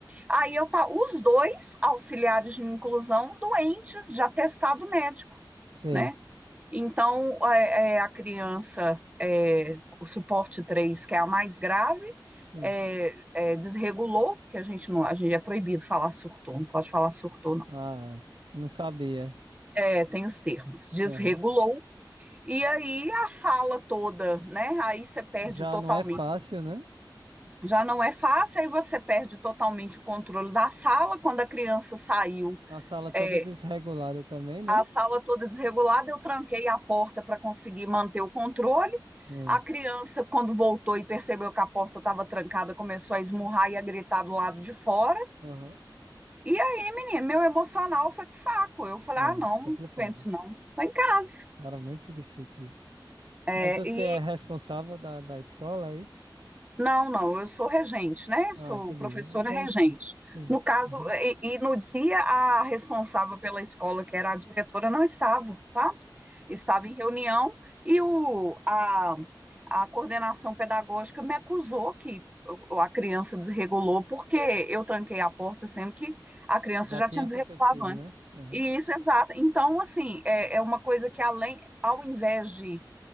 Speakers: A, on the right (about 15°); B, on the right (about 75°).
A: Aí eu tá os dois auxiliares de inclusão doentes de atestado médico.
B: Sei,
A: Né? Então, é, é, a criança, é, o suporte três que é a mais grave,
B: sim.
A: é, é, desregulou, que a gente não, a gente é proibido falar surtou, não pode falar surtou, não.
B: Ah, não sabia.
A: É, tem os termos, desregulou,
B: Aham.
A: e aí a sala toda, né? Aí você perde
B: Já
A: totalmente.
B: não é fácil, né?
A: Já não é fácil, aí você perde totalmente o controle da sala. Quando a criança saiu,
B: A sala toda
A: é,
B: desregulada também, né?
A: a sala toda desregulada, eu tranquei a porta para conseguir manter o controle.
B: Hum.
A: A criança, quando voltou e percebeu que a porta estava trancada, começou a esmurrar e a gritar do lado de fora.
B: Aham.
A: E aí, menino, meu emocional foi pro saco. Eu falei:
B: É,
A: ah, não,
B: complicado.
A: não aguento isso não. Tô em casa.
B: Cara, muito difícil isso.
A: É,
B: Mas você
A: e
B: é responsável da, da escola, é isso?
A: Não, não, eu sou regente, né? Sou
B: Ah, entendi.
A: professora
B: É como...
A: regente.
B: Sim.
A: No caso,
B: Uhum.
A: e, e no dia a responsável pela escola, que era a diretora, não estava, sabe? Estava em reunião e o, a, a coordenação pedagógica me acusou que o- a criança desregulou porque eu tranquei a porta, sendo que a criança
B: Já
A: já
B: tinha
A: tinha desregulado
B: acontecido,
A: antes.
B: né? Aham,
A: E isso, exato. Então, assim, é, é uma coisa que além, ao invés de